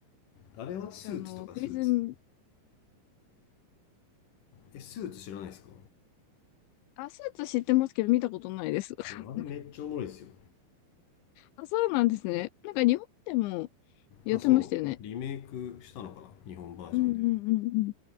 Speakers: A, on the left; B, on the left.
A: あれはスーツとかスーツ。
B: あの、プリズン、ん
A: え、スーツ知らないですか
B: あ、スーツ知ってますけど見たことないです。<laughs>
A: あれめっちゃおもろいですよ。
B: あ、そうなんですね。なんか日本でもやってましたよね。
A: あ、そう。リメイクしたのかな日本バージョンで。
B: うんうんうん